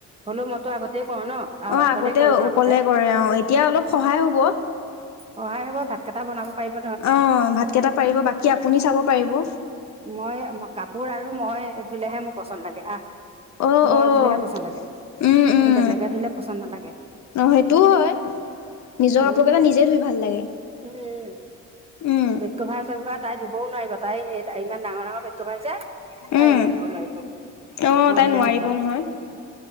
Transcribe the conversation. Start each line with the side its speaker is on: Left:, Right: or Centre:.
Right: হ'লো মইতো আগতে কৰো ন
Left: অঁ
Right: অকলেই
Left: আগতে
Right: কৰো
Left: অকলে
Right: আগতে
Left: কৰে অঁ এতিয়া অলপ সহায় হ'ব।
Right: সহায় হ'ব ভাতকেইটা বনাব। পাৰিব
Left: অ ভাতকেইটা পাৰিব বাকী আপুনি চাব পাৰিব।
Right: মই কাপোৰ আৰু মই ধুলেহে মোৰ পচন্দ লাগে। আহ
Left: অঁ
Right: মই
Left: অঁ।
Right: ধুলেহে পচন্দ লাগে।
Left: উম উম
Right: মোক বেলেগে ধুলে পচন্দ নালাগে।
Left: অঁ সেইটোও হয় নিজৰ
Right: আৰু
Left: কাপোৰ কেইটা নিজে ধুই ভাল লাগে।
Right: উম
Left: উম।
Right: বেড কভাৰ চেডকভাৰ তাই ধুবও নোৱাৰিব তাই ইমান ডাঙৰ ডাঙৰ বেড কভাৰ আছে। তাই
Left: উম,
Right: এনেইও ধুব নোৱাৰিব
Left: অ'
Right: মই
Left: তাই
Right: ধলেহে
Left: নোৱাৰিব
Right: ধুৱা।
Left: নহয়,